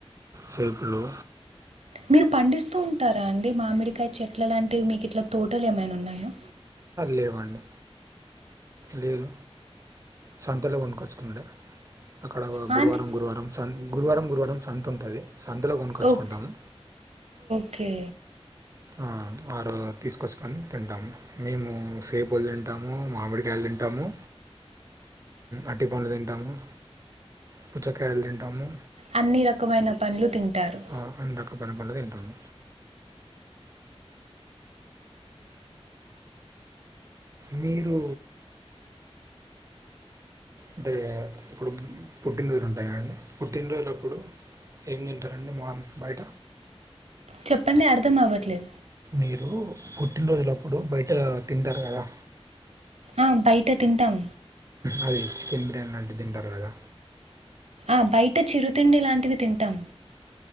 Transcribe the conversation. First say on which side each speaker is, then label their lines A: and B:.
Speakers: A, on the right; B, on the right.
A: సేపులు
B: మీరు పండిస్తూ ఉంటారా అండి మామిడికాయ చెట్ల లాంటివి మీకు ఇట్లా తోటలు ఏమైనా ఉన్నాయా
A: లేవండి లేదు సంతలో కొనుకొచ్చుకుంటాం అక్కడ
B: ఆ
A: గురువారం
B: అండి
A: గురువారం సన్ గురువారం గురువారం సంత ఉంటది సంతలో కొనుక్కొచ్చుకుంటాము
B: ఓకే ఓకే
A: ఆ తీసుకొచ్చుకని తింటాము మేము సేపులు తింటాము మామిడి కాయలు తింటాము అరటి పండ్లు తింటాము పుచ్చకాయలు తింటాము
B: అన్ని రకమైన పండ్లు తింటారు
A: ఆ, అన్ని రకమైన పండ్లు తింటాము మీరు అంటే ఇప్పుడు పుట్టినరోజులు ఉంటాయి కండి పుట్టినరోజులప్పుడు ఏం తింటారండి మాము బయట
B: చెప్పండి అర్థం అవ్వట్లేదు
A: మీరు పుట్టినరోజులప్పుడు బయట తింటారు కదా
B: ఆ బయట తింటాం
A: అది చికెన్ బిర్యానీ లాంటివి తింటారు కదా
B: ఆ బయట చిరుతిండి లాంటివి తింటాం